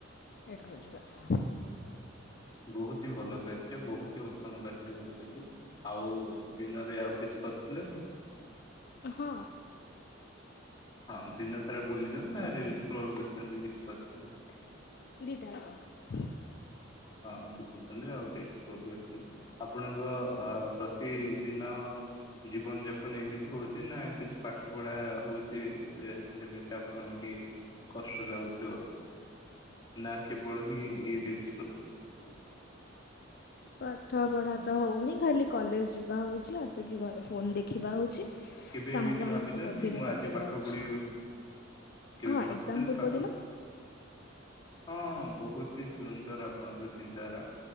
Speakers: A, on the left (about 50°); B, on the left (about 20°).
A: ଏଇଟା ହଉଚି କଥା।
B: ବୋହୁତ ହିଁ ଭଲ କାର୍ଯ୍ୟ ବୋହୁତ ହିଁ ଉତ୍ତମ କାର୍ଯ୍ୟ କରୁଚନ୍ତି ଆଉ ଦିନରେ ଆଉ କିଛି କ ଥିଲେ
A: ହଁ‌
B: ହଁ ଦିନ ସାରା ବୁଲିଚନ୍ତି ନାଁ ରିଲସ୍ ସ୍କ୍ରୋଲ୍ କରିଚନ୍ତି କିଛି କରିଚନ୍ତି?
A: ଦିଇଟା ଆକ।
B: ହଁ ବୁଲିଚନ୍ତି ଆଉ ରିଲସ୍ ସ୍କ୍ରୋଲ୍ କରିଚନ୍ତି ଆପଣଙ୍କ ଆ ପ୍ରତିଦିନ ଜୀବନଯା ପନ ଏମିତି ହୋଉଚି ନାଁ କିଛି ପାଠ ପଢ଼ା ହୋଉଚି ଏ ସେମିତି ଆପଣଙ୍କ ଟିକେ କଷ୍ଟ ଲାଗୁଥିବ।
A: ହ
B: ନା କେବଳ ହିଁ ଏ ରିଲ୍ସ କର?
A: ପାଠ ପଢା ତ ହଉନି ଖାଲି କଲେଜ ଯିବା ହଉଛି, ଆସିକି ଘରେ ଫୋନ ଦେଖିବା ହଉଛି
B: କେବେ
A: ସାଙ୍ଗମାନଙ୍କ
B: ଏମିତି ଭାବିଛନ୍ତି,
A: ସାଥିରେ
B: ମୁଁ ଆଜି
A: ଗପିବା
B: ପାଠ
A: ହଉଛି।
B: ପଢିବି କେବେ
A: ହଁ
B: ଭାବିଛନ୍ତି
A: ଏକ୍ଜାମ ପୂର୍ବ
B: ପାଠକୁ
A: ଦିନ
B: ହଁ ବହୁତ ହି ସୁନ୍ଦର ଆପଣଙ୍କ ଚିନ୍ତାଧାରା।